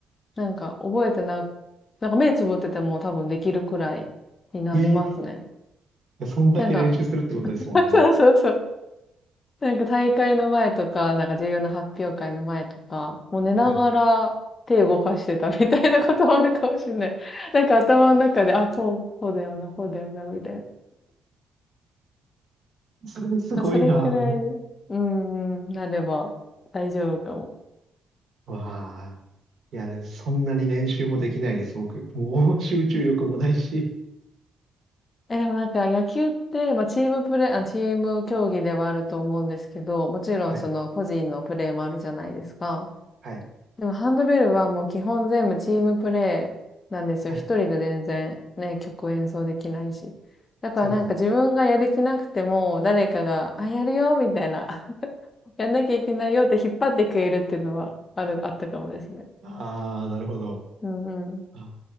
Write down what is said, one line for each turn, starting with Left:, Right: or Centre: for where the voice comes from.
Left: なんか覚えてな、なんか目つぶってても多分できるくらいになりますね。
Right: ええそんだけ練習するってことですもんね。
Left: なんか、<laughs> そうそうそう。なんか大会の前とか、なんか重要な発表会の前とか、もう寝ながら手動かしてたみたいなこともあるかもしれない。
Right: はい。
Left: <laughs> なんか頭の中で、あ、こう、こうだよな、こうだよな、みたいな。
Right: それすごいな、
Left: まあ、それくらい、
Right: も
Left: うんうん、なれば大丈夫かも。
Right: う。わあ。いや、でもそんなに練習もできないです、僕。もう集中力もないし。
Left: え、でもなんか野球って、まあチームプレー、あ、チーム競技ではあると思うんですけど、もちろんその個人のプレーもあるじゃないですか。
Right: はい。はい。
Left: でもハンドベルはもう基本全部チームプレイなんですよ。
Right: はい。
Left: 一人で全然ね、曲演奏できないし。だからなんか自分がやる気なくても、
Right: そうです。
Left: 誰かが、あ、やるよ、みたいな。<laughs> やんなきゃいけないよって引っ張ってくれるっていうのはある、あったかもですね。
Right: ああ、なるほど。
Left: うんうん。
Right: あ